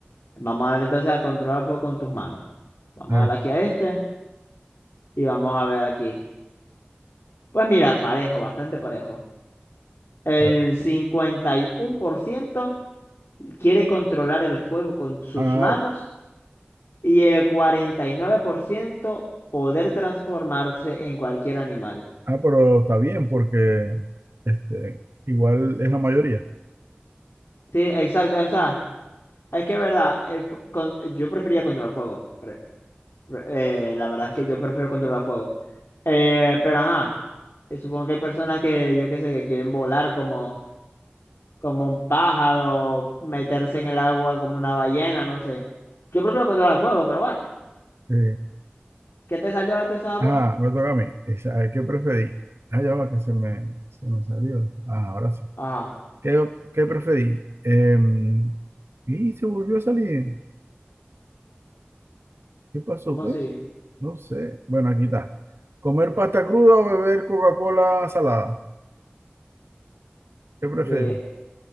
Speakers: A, on the left; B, on the right.
A: Vamos a darle entonces a controlar el fuego con tus manos. Vamos
B: <laughs> A
A: a darle
B: ver,
A: aquí a este y vamos a ver aquí. Pues mira, parejo, bastante parejo. El
B: a ver.
A: 51% quiere controlar el fuego con sus
B: Ah,
A: manos y el 49% poder transformarse en cualquier animal.
B: ah, pero está bien, porque este, igual es la mayoría.
A: Sí, exacto. O sea, es que es verdad, el fu- con- yo prefería controlar fuego. pre- pre- eh, la verdad es que yo prefiero controlar fuego. Eh, pero ajá, eh, supongo que hay personas que, yo qué sé, que quieren volar como, como un pájaro, meterse en el agua como una ballena, no sé. Yo prefiero controlar fuego, pero bueno,
B: Sí.
A: ¿qué te salió entonces a
B: Ah,
A: vos?
B: me toca a mí. Esa- a ver, ¿Qué preferí? Ah, ya va, que se me, se me salió. Ah, ahora sí.
A: Ajá,
B: ¿Qué, qué preferí? Em, y se volvió a salir. ¿Qué pasó,
A: ¿cómo
B: pues?
A: así?
B: No sé. Bueno, aquí está. ¿Comer pasta cruda o beber Coca-Cola salada? ¿Qué prefieres?
A: Be-